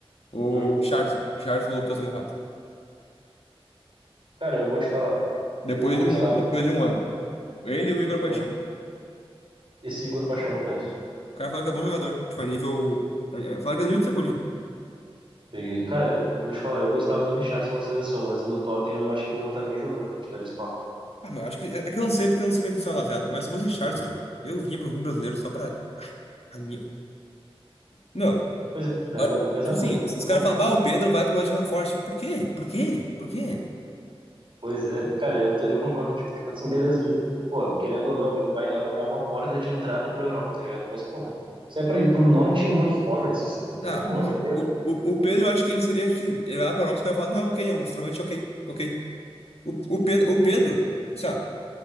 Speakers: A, on the left (about 80°); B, on the right (about 55°).
A: O
B: Hum.
A: Richarlison. O Richarlison voltou a ser convocado.
B: Cara, eu vou te falar,
A: Depois
B: eu gostava,
A: de Ah, um, depois de um ano. Ele e o Igor Paixão.
B: eu, esse Igor Paixão eu não conheço.
A: O cara fala que é bom jogador. Tipo, a nível. é- é- Fala que é nível do Cebolinha.
B: Peguei. Cara, vou te falar, eu gostava do Richarlison na seleção, mas no Tottenham eu acho que ele não tá nem jogando. pra Te dar esse papo.
A: Ah, meu, acho que. É é que eu não sei porque eu não sei como é que funciona lá, tá ligado? Mas se fosse Richarlison, eu vinha pro clube brasileiro só pra. a minha- Meu,
B: Pois é,
A: olha,
B: é, não- exatamente,
A: tipo assim,
B: eu
A: os caras
B: concordo.
A: falam, bah, o Pedro vai pro Nottingham Forest. Por quê? Por quê? Por quê?
B: Pois é, cara, eu, tô- eu concordo contigo. Tipo assim, beleza que, pô, querendo ou não, ele vai, é uma, é uma porta de entrada pra Europa, tá ligado? Mas, porra, se é pra ir pro Nottingham Forest, cara,
A: Não,
B: pelo amor
A: um jo-
B: de Deus,
A: o, o, o Pedro, eu acho que ele seria, tipo assim, ele vai lá pra Europa, os caras falam, não, ok, é um extremamente ok, ok. O, o Pedro, o Pedro, sei lá,